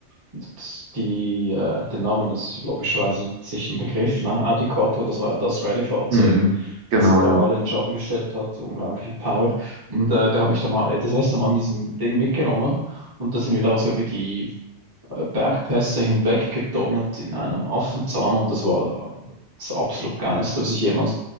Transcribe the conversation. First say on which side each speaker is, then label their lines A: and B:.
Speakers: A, on the right (about 25°); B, on the right (about 75°).
A: Und die, äh, den Namen, das ist logischerweise sicher ein Begriff, ne? Audi Quattro, das war ja das Rallye-Fahrzeug,
B: Mhm.
A: was
B: Genau,
A: den Lange
B: ja.
A: alle in den Schatten gestellt hat. Unglaublich viel Power. Und äh, der hat mich da mal äh, das letzte Mal mit diesem Ding mitgenommen. Und da sind wir da so über die äh, Bergpässe hinweg gedonnert in einem Affenzahn und das war das absolut Geilste, was ich jemals